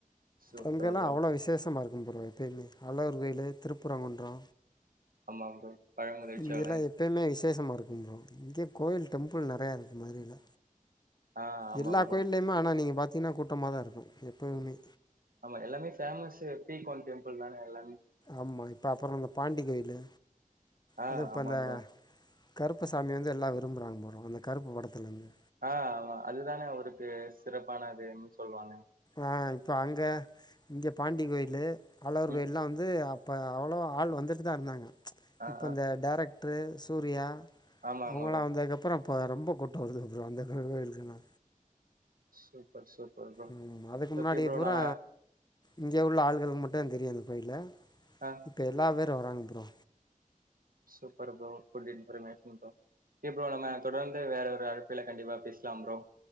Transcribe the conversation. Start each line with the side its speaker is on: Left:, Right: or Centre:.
Right: சூப்பர்
Left: அங்கல்லாம் அவ்வளோ அங்கல்லா
Right: ப்ரோ
Left: அவ்ளோ விசேஷமா இருக்கு ப்ரோ எப்பயுமே அழகர்ர் கோயிலு திருப்பரங்குன்றோ
Right: ஆமா ப்ரோ பழமுதிர்ச்சோலை
Left: இங்கெல்லா எப்போயுமே விசேஷமா இருக்கு ப்ரோ இங்கே கோவில் டெம்பிள் நெறையா இருக்கு மாதுரையில
Right: ஆ ஆமா
Left: எல்லா
Right: ப்ரோ
Left: கோயிலயுமே ஆனா நீங்க பாத்தீங்கன்னா கூட்டமாதா இருக்கு எப்பயுமே
Right: ஆமா எல்லாமே ஃபேமஸ்ஸு பிகன் டெம்பிள் தானே எல்லாமே
Left: ஆமா இப்ப அப்றோ அந்த பாண்டி கோயிலு
Right: ஆ
Left: அதுவு இப்ப
Right: ஆமா
Left: அந்த
Right: ப்ரோ
Left: கருப்பு சாமி வந்து எல்லா விரும்புராங்க ப்ரோ அந்த கருப்பு படத்துலேருந்து
Right: ஆ அதுதானே அவருக்கு சிறப்பான அதுன்னு சொல்லுவாங்க
Left: ஆ இப்போ அங்கே இங்கே பாண்டி கோயிலு அழகர்
Right: ம்
Left: கோயில்லா வந்து இப்ப அவ்ளவ ஆள் வந்துட்டு தா இருந்தாங்க
Right: ஆ
Left: இப்ப
Right: ஆ
Left: இந்த டேரக்டரு சூர்யா
Right: ஆமா
Left: அவங்களா
Right: ஆமா ப்ரோ
Left: வந்ததுக்கப்புறோ இப்ப ரொம்ப கூட்டம் வருது ப்ரோ அந்த கோயிலுக்கு நா
Right: சுப்பர் சுப்பர் ப்ரோ
Left: ம் அதுக்கு முன்னாடி
Right: ஓகே ப்ரோ
Left: புரா
Right: நம்ம
Left: இங்கே உள்ள ஆள்களுக்கு மட்டுதா தெரியு அந்த கோயிலு
Right: ஆ
Left: இப்ப எல்லா பேரு வராங்க bro
Right: super bro full information bro K bro நம்ம தொடர்ந்து வேற ஒரு அழைப்பில கண்டிப்பா பேசலா ப்ரோ